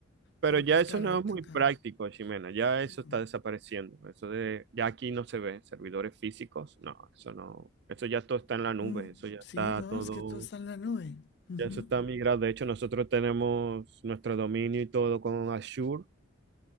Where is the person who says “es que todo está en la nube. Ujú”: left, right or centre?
Left